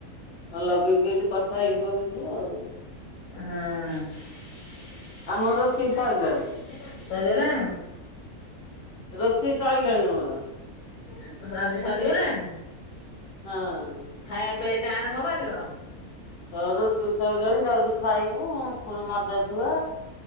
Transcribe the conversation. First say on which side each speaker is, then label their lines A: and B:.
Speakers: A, on the left; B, on the left.
A: ହଁ ଲଗେଇକି ଯଦି କଥା ହେଇଯିବ ହେଇଯିବ ଆଉ।
B: ଏଁ ହଁ। ସରିଗଲାଣି?
A: ଆମର ରୋଷେଇ ସଇଲାଣି। ରୋଷେଇ ସଇଲାଣି ଆମର
B: ସ୍ ଆଜି ସରିଗଲାଣି?
A: ହଁ।
B: ଖାଇବା ପିଆକେ ଆରମ୍ଭ କରିବ?
A: ଆଉତ ତ ସୁ-ସ୍-ସରିଲାଣି ଯାଉଚୁ ଖାଇବୁ ପୁଣି ମଜା ଧୁଆ